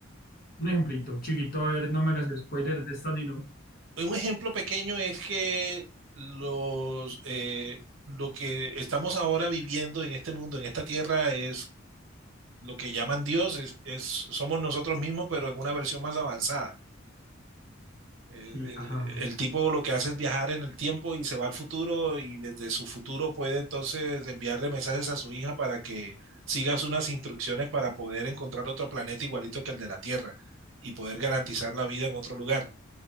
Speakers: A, on the left; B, on the right.
A: un ejemplito, chiquito, a ver, no me hagas spoiler de esta, sino.
B: Un ejemplo pequeño es que los, eh, lo que estamos ahora viviendo en este mundo, en esta tierra, es lo que llaman Dios, es, es, somos nosotros mismos, pero en una versión más avanzada. Eh,
A: Sí,
B: eh,
A: ajá.
B: el tipo lo que hace es viajar en el tiempo y se va al futuro y desde su futuro puede entonces enviarle mensajes a su hija para que sigas unas instrucciones para poder encontrar otro planeta igualito que el de la Tierra y poder garantizar la vida en otro lugar.